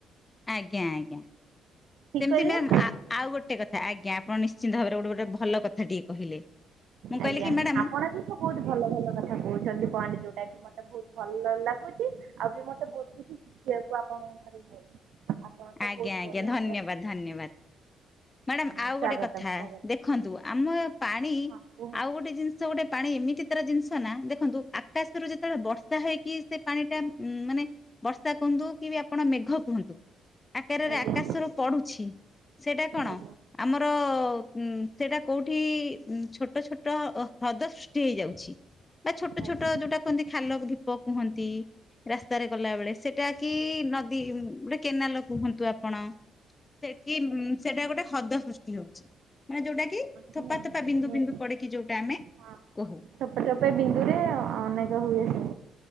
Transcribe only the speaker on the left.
ଆଜ୍ଞା ଆଜ୍ଞା ସେମିତି
ମ୍ୟାମ୍
ଆ ଆଉ ଗୋଟେ କଥା ଆଜ୍ଞା ଆପଣ ନିଶ୍ଚିନ୍ତ ଭାବରେ ଗୋଟେ ଗୋଟେ ଭଲ କଥା ଟିକେ କହିଲେ। ମୁଁ
କହିଲି କି ମ୍ୟାଡାମ
ଆଜ୍ଞା
ଆଜ୍ଞା
ଧନ୍ୟବାଦ
ଧନ୍ୟବାଦ ମ୍ୟଡ଼ାମ
ଆଉ
ଗୋଟେ କଥା
ଦେଖ ଦେଖନ୍ତୁ ଆମ ପାଣି।
ଆଉ ଗୋଟେ ଜିନିଷ ଗୋଟେ ପାଣି ଏମିତି ତାର ଜିନିଷ ନା ଦେଖନ୍ତୁ ଆକାଶରୁ ଯେତେବେଳେ ବର୍ଷା ହୋଇକି। ସେ ପାଣି ଟା ଉଁ ମାନେ ବର୍ଷା କୁହନ୍ତୁ କି ଆପଣ ମେଘ କୁହନ୍ତୁ। ଆକାରରେ
ଆକାଶରୁ ପଡୁଛି ସେଇଟା କଣ।
ଆମର ଉଁ ସେଇଟା କୋଉଠି ଉଁ ଛୋଟ ଛୋଟ ହ୍ରଦ ସୃ ଷ୍ଟି ହେଇ ଯାଉଛି ବା ଛୋଟ
ଛୋଟ ଯୋଉଟା। କୁହନ୍ତି ଖାଲ ଢୀପ କୁହନ୍ତି ରାସ୍ତାରେ ଗଲାବେେଳେ ସେଟା କି ନଦୀ। କେନାଲ କୁହନ୍ତୁ ଆପଣ ସେ କି ସେଇଟା ଗୋଟେ ହଦ ସୃଷ୍ଟି ହଉଛି। ମାନେ ଯୋଉଟା କି ଥୋପା
ଥୋପା ବିନ୍ଦୁ
ବିନ୍ଦୁ ପଡକି ଯୋଉଟା ଆମେ
କହୁ।